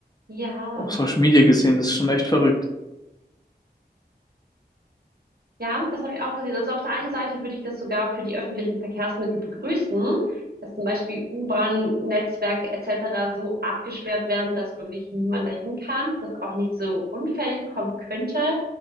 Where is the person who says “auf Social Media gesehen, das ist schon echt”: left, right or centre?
Left